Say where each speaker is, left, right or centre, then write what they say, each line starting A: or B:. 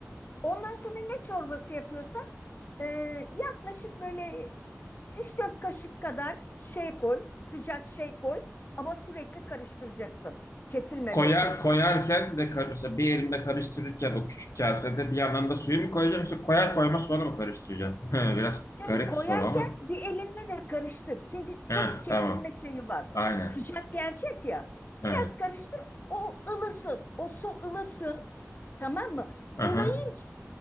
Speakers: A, on the left (about 40°); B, on the left (about 75°).
A: Ondan sonra ne çorbası yapıyorsan e, yaklaşık böyle üç dört kaşık kadar şey koy, sıcak şey koy ama sürekli karıştıracaksın kesilmemesi
B: Koyar,
A: için.
B: koyarken de kar- mesela bir elimde karıştırırken o küçük kasede bir yandan da suyu mu koyacağım yoksa koyar koymaz sonra mı karıştıracağım? <laughs> Biraz
A: Şimdi
B: garip
A: koyarken
B: bir soru ama.
A: bir elinle de karıştır. Çünkü çabuk
B: Ha,
A: kesilme
B: tamam.
A: şeyi var.
B: Aynen.
A: Sıcak gelecek ya.
B: Evet.
A: Biraz karıştır. O ılısın. O su ılısın. Tamam mı?
B: Aha.
A: Ilayı